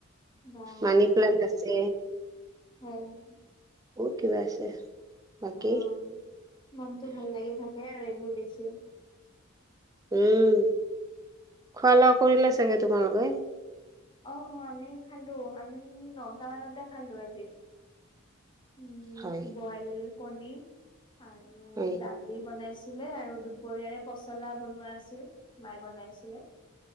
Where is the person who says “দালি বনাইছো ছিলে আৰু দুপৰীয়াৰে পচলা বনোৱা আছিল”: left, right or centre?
Left